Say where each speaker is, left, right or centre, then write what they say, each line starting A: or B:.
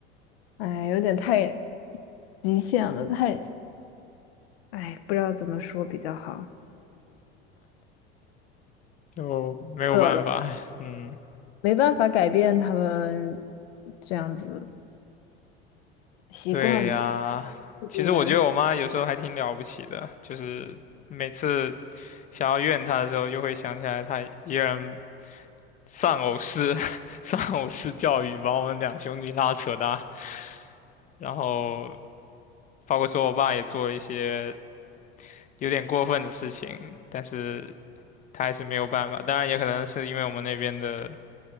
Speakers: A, on the left; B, on the left.
A: 哎，有点太极限了，太，哎，不知道怎么说比较好，
B: 就没有办法。
A: <laughs> 饿了，
B: 嗯。
A: 没办法改变他们这样子习惯
B: 对呀，
A: 自己来的。
B: 其实我觉得我妈有时候还挺了不起的，就是每次想要怨她的时候，又会想起来她依然人丧偶式 <laughs> 丧偶式教育把我们两兄弟拉扯大，然后包括说我爸也做了一些有点过分的事情，但是他还是没有办法。当然也可能是因为我们那边的